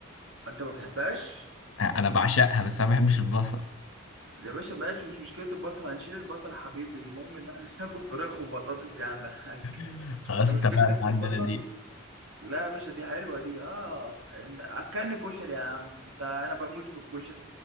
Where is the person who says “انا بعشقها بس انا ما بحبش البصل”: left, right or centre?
Left